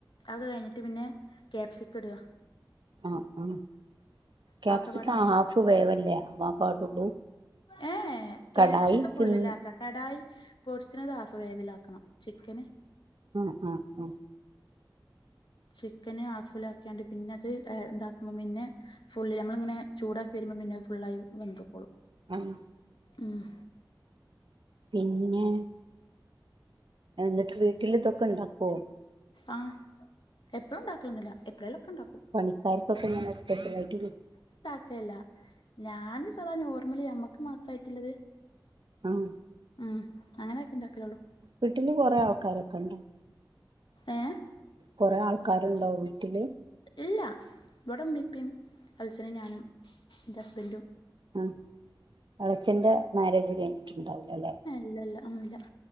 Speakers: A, on the left; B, on the right.
A: അത് കഴിഞ്ഞിട്ട് പിന്നെ ക്യാപ്സിക്കം ഇട്.
B: ആഹ് ആഹ് ക്യാപ്സിക്ക
A: അതൊക്കെപാടെ ആക്കി
B: ഹാഫ് വേവല്ലേ ആവാൻ പാടുള്ളൂ.
A: ഏഹ്, ഏഹ് കാപ്സിക്ക
B: കടായി
A: ഫുള്ളിലാക്ക.
B: തിന്ന്
A: കടായി പൊരിച്ചിണത് ഹാഫ് വേവിലാക്കണം ചിക്കന്.
B: ആഹ്, ആഹ്, ആഹ്.
A: ചിക്കന് ഹാഫിലാക്കിയാണ്ട് പിന്നെ അത് ഏഹ് എന്താക്കുമ്പോ പിന്നെ ഫുള്ള് നമ്മളിങ്ങനെ ചൂടാക്കി വരുമ്പോം പിന്നെ ഫുള്ളായി വെന്ത്‌ക്കോളും.
B: ആഹ്
A: ഉം
B: പിന്നെ എന്നിട്ട് വീട്ടിൽ ഇതൊക്കെ ഇണ്ടാക്കോ?
A: ആഹ്, എപ്പളും ഇണ്ടാക്കലൊന്നില്ല എപ്പോളേലോക്കെ ഇണ്ടാക്കും.
B: പണിക്കാര്കോക്കക്കെങ്ങനെ സ്‌പെഷലായിട്ട് വെ
A: ക്ക് അല്ല ഞാന് സാധാ നോർമലി നമ്മക്ക് മാത്രമായിട്ടിള്ളത്
B: ആഹ്.
A: ആഹ്, അങ്ങനെയൊക്കെ ഇണ്ടാക്കലൊള്ളു.
B: വീട്ടില് കുറെ ആൾക്കാരൊക്ക ഇണ്ടോ?
A: ഏ
B: കൊറേ ആൾക്കാരുണ്ടോ വീട്ടില്?
A: ഇല്ല, ഇവിടെ ഇമ്മി, ഇപ്പി എളിച്ചനും ഞാനും ഇന്റെ ഹസ്ബന്റും.
B: ആഹ്, എളച്ചന്റെ മാരേജ് കഴിഞ്ഞിട്ടുണ്ടാവൂലാല്ലെ?
A: ഇല്ലല്ല, ആഹ് ഇല്ല.